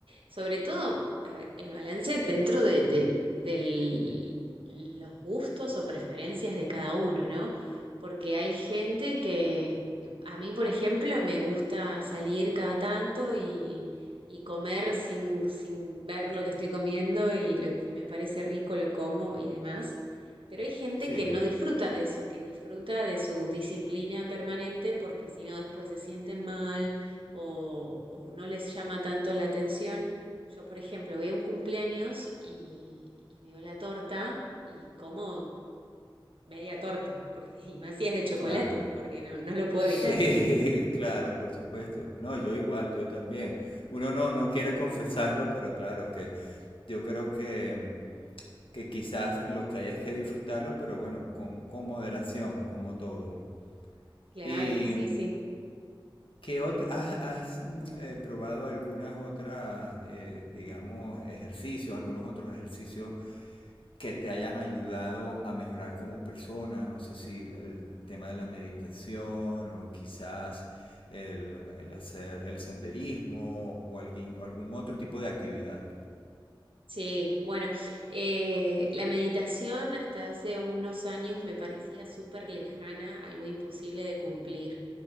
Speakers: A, on the right; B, on the left.
A: Sobre todo, a ver, el balance dentro de, de- del- los gustos o preferencias de cada uno, ¿no? Porque hay gente que, a mí, por ejemplo, me gusta salir cada tanto y, y comer sin, sin ver lo que estoy comiendo y lo que me parece rico lo como y demás. Pero hay gente
B: Sí,
A: que no disfruta de eso, que disfruta de su disciplina permanente porque si no después se sienten mal o, o no les llama tanto la atención. Yo, por ejemplo, veo un cumpleaños y, y veo la torta y como media torta, porque, y más si es de chocolate,
B: claro.
A: porque no, no lo puedo
B: Sí,
A: evitar.
B: <laughs> claro, por supuesto. No, yo igual, yo también. Uno no, no quiere confesarlo, pero claro que yo creo que que quizás lo que hay es que disfrutarlo, pero bueno, con, con moderación, como todo.
A: Claro,
B: ¿Y
A: sí, sí.
B: qué otra, has, has mm, eh, probado algunas otras, eh, digamos, ejercicios, algunos otros ejercicios que te hayan ayudado a mejorar como persona? No sé si el, el tema de la meditación o quizás el, el hacer el senderismo o alguien, o algún otro tipo de actividad.
A: Sí, bueno, eh, la meditación hasta hace unos años me parecía súper lejana, algo imposible de cumplir.